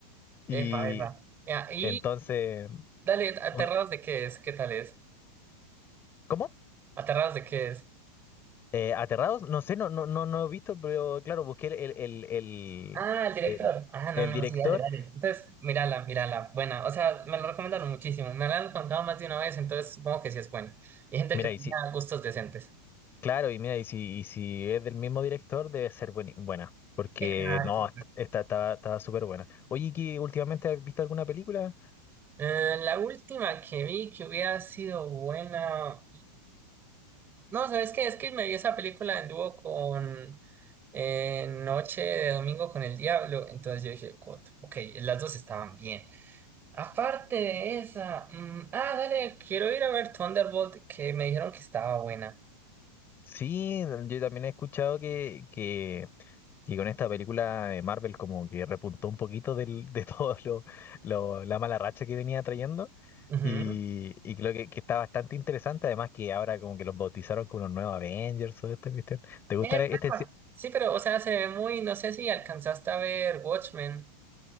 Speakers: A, on the left (about 25°); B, on the right (about 25°).
A: Y
B: Epa, epa. Ya, y
A: entonces,
B: Dale, ¿Aterrados
A: uno,
B: de qué es? ¿Qué tal es?
A: ¿cómo?
B: ¿Aterrados de qué es?
A: Eh, ¿aterrados? No sé, no, no, no, no he visto, pero claro, busqué el, el, el, el,
B: Ah, el director.
A: el-
B: Ah, no,
A: el
B: no,
A: director.
B: sí, dale, dale. Entonces, mírala, mírala. Buena. O sea, me lo recomendaron muchísimo. Me la han contado más de una vez, entonces supongo que sí es buena. Y gente
A: Mira,
B: que tenía
A: y si,
B: gustos decentes.
A: claro, y mira, y si, y si es del mismo director, debe ser bueni- buena. Porque
B: Exacto.
A: no, est- esta estaba, estaba súper buena. Oye, ¿y ¿qué últimamente has visto alguna película?
B: Eh, la última que vi que hubiera sido buena. No, ¿sabes qué? Es que me vi esa película en dúo con eh, Noche de Domingo con el Diablo. Entonces yo dije, "Cot, ok, las dos estaban bien. Aparte de esa, mm, ah, dale, quiero ir a ver Thunderbolt, que me dijeron que estaba buena.
A: Sí, yo también he escuchado que, que, que con esta película de Marvel como que repuntó un poquito del, de <laughs> todo lo, lo- la mala racha que venía trayendo.
B: Ujú.
A: Y, y creo que, que está bastante interesante, además que ahora como que los bautizaron como los nuevos Avengers o esta cuestión. ¿Te gustan
B: Eh,
A: este?
B: papá.
A: ci-
B: Sí, pero, o sea, se ve muy, no sé si alcanzaste a ver Watchmen.